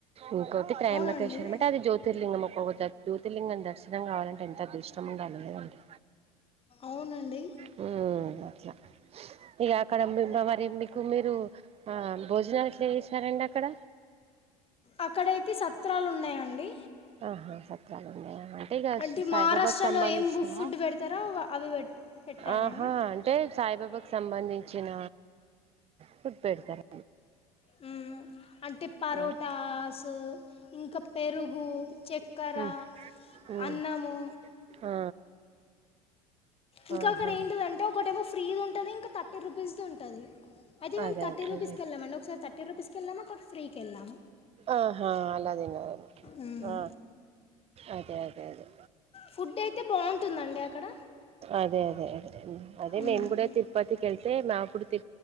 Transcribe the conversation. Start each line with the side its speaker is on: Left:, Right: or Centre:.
Right: ఇంకోటి త్రేయంబకేశ్వరం
Left: అవునండి
Right: అంటే అది జ్యోతిర్లింగం ఒక్కొక్క జోతి జ్యోతిర్లింగం దర్శనం కావలం ఎంత అదృష్టం ఉండాలి కదండి
Left: అవునండి
Right: హ్మ్ అట్లా ఇగ అక్కడ మిమ్మ మరి మీకు మీరు ఆ భోజనాలు ఎట్లా చేసారండి అక్కడ
Left: అక్కడైతే సత్రాలున్నాయండి
Right: ఆహా సత్రాలున్నయా టేఇగ
Left: అంటే
Right: సాయిబాబకి
Left: మహారాష్ట్రలో
Right: సంబంధించీనా
Left: ఏం బు- ఫుడ్ పెడతారో వ- అవి పెట్- పెట్టారండి
Right: ఆహా అం టే సాయిబాబాకి సంబంధించిన ఫుడ్ పెడ్తారు
Left: హ్మ్ అంటే పరోటాస్
Right: వాళ్ళు
Left: ఉ ఇంకా పెరుగు చక్కెర
Right: హ్మ్ హ్మ్
Left: అన్నము
Right: ఆ
Left: ఇంకాక్కడ
Right: ఆహా
Left: ఏంటిదంటే ఒకటేమో ఫ్రీ ఉంటది ఇంక థర్టీ రూపీస్ది ఉంటది అయితే మేము
Right: అదే
Left: థర్టీ
Right: అదే
Left: రూపీస్కి
Right: అదే
Left: ఎళ్ళామండి ఒకసారి థర్టీ రూపీస్కెళ్ళాము ఒకట్ ఫ్రీకెళ్ళాం
Right: ఆహా అలా దిన్నఏమో
Left: మ్మ్.
Right: ఆ అదే అదే అదే
Left: ఫుడ్ అయితే బావుంటుందండి అక్కడ
Right: అదే అదే అదే అదే అండీ
Left: మ్మ్.
Right: నేను కూడ తిరుపతికిళ్తే నా కూడు తి